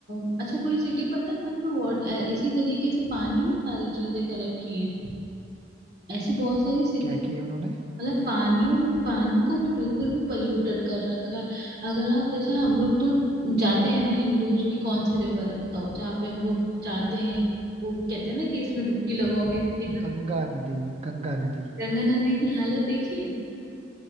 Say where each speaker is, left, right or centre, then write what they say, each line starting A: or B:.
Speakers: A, on the right (about 55°); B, on the right (about 35°).
A: अ, अच्छा कोई सिटी पता है यहाँ पे वाटर इसी तरीके से पानी में सारी चीजें कर रखी हैं ऐसी बहुत सारी सिटी
B: क्या किया उन्होंने
A: मतलब पानियों में पानी को भी बिल्कुल भी पल्यूटेड कर रखा है अगर आप जैसे हम लोग तो जाते हैं ना हिंदूज की कौन सी रिवर है बताओ जहाँ पे हम लोग जाते हैं वो कहते हैं ना कि इसमें डुबकी लगाओगे एकदम
B: गंगा नदी में गंगा नदी
A: गंगा नदी की हालत देखिए